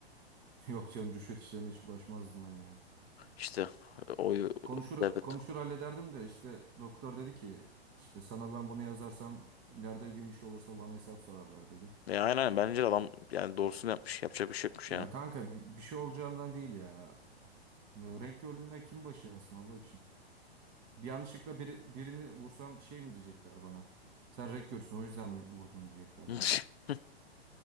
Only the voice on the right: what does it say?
<laughs> Yok canım rüşvet işlerine hiç bulaşmazdım ben ya.
Konuşur
konuşur hallederdim de işte doktor dedi ki işte sana ben bunu yazarsam ileride bir gün bir şey olursa bana hesap sorarlar dedi.
Ya
kanka bir, bir şey olacağından değil ya. Ya renk körlüğünden kim başı yansın Allah için. Bir yanlışlıkla biri- birini vursam şey mi diyecekler bana? Sen renk görsün o yüzden mi vurdun diyecekler
yani.